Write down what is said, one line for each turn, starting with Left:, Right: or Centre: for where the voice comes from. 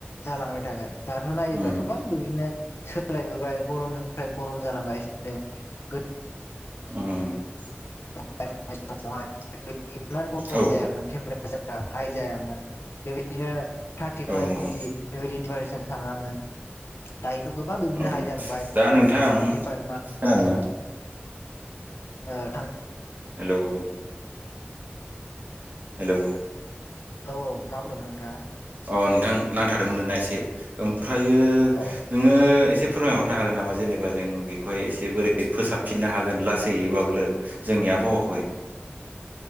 Left: जालांबाय थागोन दाथ' नायोब्ला
Right: उम
Left: गोबां बिदिनो सोलायबोबाय गरमनिफ्राय गरम जालांगासिनोनो। गोद
Right: उम <inaudible>
Left: गोदोनि <unintelligible> इमान गरम
Right: औ
Left: जायामोन टेमपारेसारा हाइ जायामोन। बेबायदिनो थार्टिफाइभ
Right: औ नंगौ
Left: फरटि बेबायदिद्राय हिसाब थांङामोन। दायोथ' गोबा बिदिनो
Right: औ
Left: हाइ जालांबाय
Right: दा नोंथां
Left: फटि थ्रि फाइभ मान
Right: हेलौ
Left: ओ थां
Right: हेलौ हेलौ
Left: औ औ मा बुंदोंमोन नोंथा।
Right: अ नोंथां नांथादोंमोन नोंना एसे ओमफ्रायो
Left: औ
Right: नोङो एसे फोरमायहरनो हागोन नामा जेनेबा जों बेखौहाय एसे बोरै फोसाबफिननो हागोन लासैयोब्लाबो जोंनिया दाबो आवाखै।